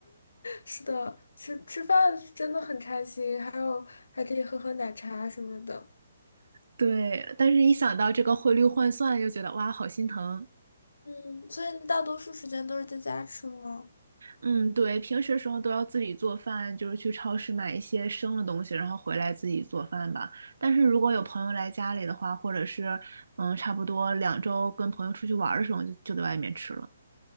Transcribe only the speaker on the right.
对，但是一想到这个汇率换算，又觉得哇，好心疼。
嗯，对，平时时候都要自己做饭，就是去超市买一些生的东西，然后回来自己做饭吧。但是如果有朋友来家里的话，或者是嗯，差不多两周跟朋友出去玩儿的时候，就就在外面吃了。